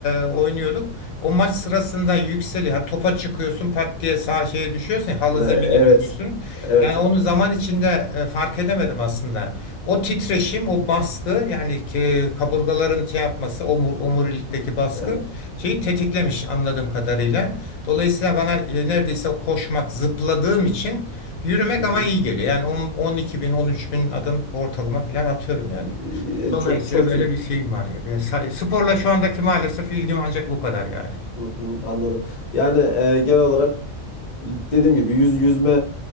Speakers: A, on the left (about 80°); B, on the left (about 45°).
A: e, oynuyorduk. O maç sırasında yükseliyor. Yani topa çıkıyorsun pat diye sağ şeye düşüyorsun. Halı
B: Ee,
A: zemine
B: Evet.
A: düşüyorsun.
B: Evet.
A: Yani
B: o-
A: onu zaman içinde e, fark edemedim aslında. O titreşim, o baskı yani ki kaburgaların şey yapması, omur, omurilikteki baskı
B: Evet.
A: şeyi tetiklemiş anladığım kadarıyla. Dolayısıyla bana e, neredeyse koşmak, zıpladığım için Yürümek
B: Hı hı.
A: ama iyi geliyor. Yani 10, 12 bin, 13 bin adım ortalama falan atıyorum yani.
B: Ee,
A: Dolayısıyla
B: Çok çok
A: böyle bir şeyim var ya. Böyle sa- sporla şu andaki maalesef ilgim ancak bu kadar yani.
B: Hı hı, anladım. Yani e, genel olarak dediğim gibi yüz yüzme